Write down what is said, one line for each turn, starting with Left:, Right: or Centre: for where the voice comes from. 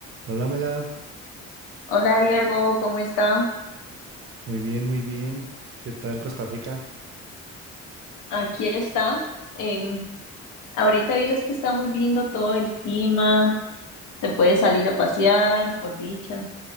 Right: Hola, Mela.
Left: Hola Diego, ¿cómo está?
Right: Muy bien, muy bien. ¿Qué tal Costa Rica?
Left: Aquí está. Em, ahorita vieras que está muy lindo todo el clima, se puede salir a pasear, por dicha.